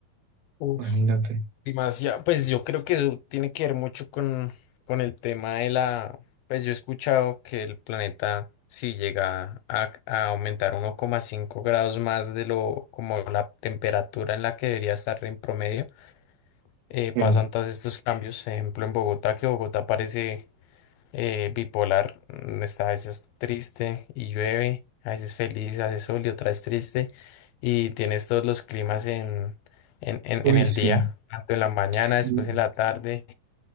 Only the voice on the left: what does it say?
Uf,
demasiado. Pues yo creo que eso tiene que ver mucho con, con el tema de la. Pues yo he escuchado que el planeta, si llega a, a aumentar uno coma cinco grados más de lo como la temperatura en la que debería estar en promedio, eh, pasan
todos estos cambios. Ejemplo, en Bogotá, que Bogotá parece eh, bipolar, mm, está a veces triste y llueve, a veces feliz, hace sol y otras triste, y tienes todos los climas en, en, en-
en el
día, tanto en la mañana,
después en la tarde,